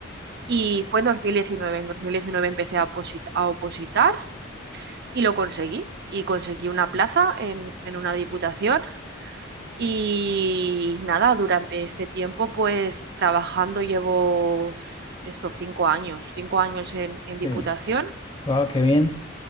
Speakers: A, on the right; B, on the left.
A: y fue en 2019. En 2019 empecé a oposit- a opositar y lo conseguí y conseguí una plaza en en una diputación Y nada, durante este tiempo, pues trabajando llevo estos cinco años, cinco años en, en Diputación
B: Sí. Wow, qué bien.